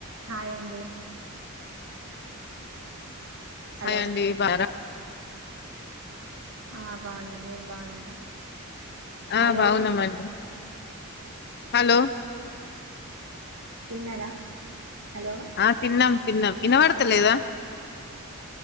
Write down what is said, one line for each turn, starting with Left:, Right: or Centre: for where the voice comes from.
Right: Hi అండి hello
Left: hi అండి బా
Right: ఆ బాగున్నా మీరు బాగున్నారా
Left: ఆ
Right: హలో
Left: బాగున్నామండి హలో
Right: తిన్నారా హలో
Left: ఆ తిన్నాం తిన్నాం ఇన్న పడత లేదా